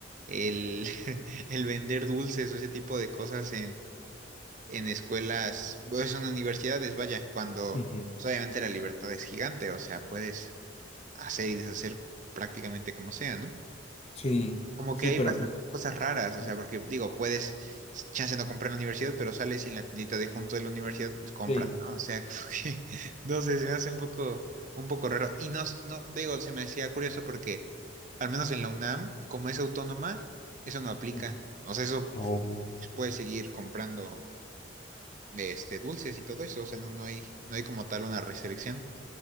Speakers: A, on the right (about 40°); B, on the left (about 35°).
A: el, <laughs> el vender dulces o ese tipo de cosas en escuelas, pues en universidades, vaya, cuando
B: Ujú.
A: pues, obviamente la libertad es gigante, o sea, puedes hacer y deshacer prácticamente como sea, ¿no?
B: Sí,
A: Como
B: sí,
A: que hay
B: pero
A: bastantes
B: pues,
A: cosas raras, o
B: ajá,
A: sea, porque digo, puedes, chance no comprar en la universidad, pero sales y en la tiendita de junto de la universidad, pues compra,
B: sí.
A: ¿no? O sea, <laughs> como que, no sé, se me hace un poco, un poco raro. Y no, no, digo, se me hacía curioso porque, al menos en la UNAM, como es autónoma, eso no aplica.
B: ujú.
A: O sea, eso
B: Oh.
A: pues, puedes seguir comprando de este, dulces y todo eso, o sea, no, no hay, no hay como tal una restricción.